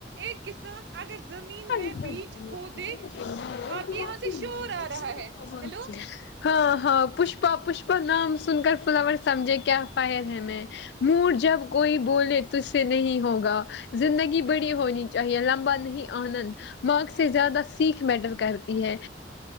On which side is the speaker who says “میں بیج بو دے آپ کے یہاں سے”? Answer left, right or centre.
Right